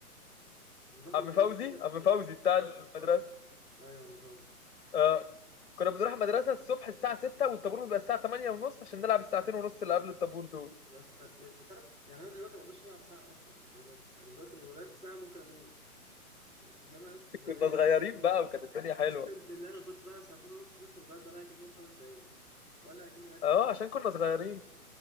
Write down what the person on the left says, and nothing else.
عم
فوزي
عم فوزي
بتاع المدرسه
اه كنا بنروح المدرسه الصبح الساعه 6 والطابور بيبقى الساعه 8 ونص عشان نلعب الساعتين ونص اللي قبل الطابور دول
<laughs>
كنا صغيرين بقى وكانت الدنيا حلوه
اه
عشان كنا صغيرين